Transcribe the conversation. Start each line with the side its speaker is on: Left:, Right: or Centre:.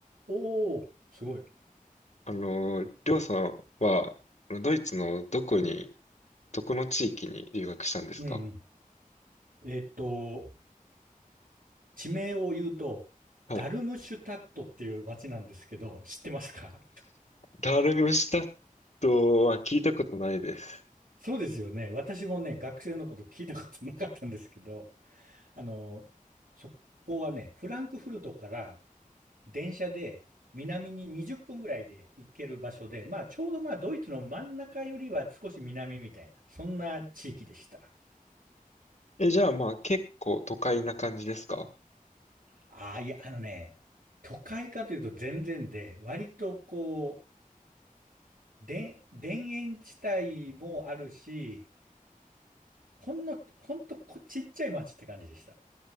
Right: おー、すごい。
Left: あの、りょうさんは、あのドイツのどこに、どこの地域に留学したんですか
Right: うんうん。えっと、地名を言うと、
Left: はい。
Right: ダルムシュタットっていう街なんですけど、知ってますか
Left: ダルムシュタットは聞いたことないです。
Right: そうですよね。私もね、学生のこと聞いたことなかったんですけど、あの、そこはね、フランクフルトから電車で南に20分ぐらいで行ける場所で、まあちょうどまあドイツの真ん中よりは少し南みたいな、そんな地域でした。
Left: え、じゃあまあ結構都会な感じですか
Right: ああ、いや、あのね、都会かというと全然で、割とこう、で、田園地帯もあるし、ほんの、ほんとこちっちゃい町って感じでした。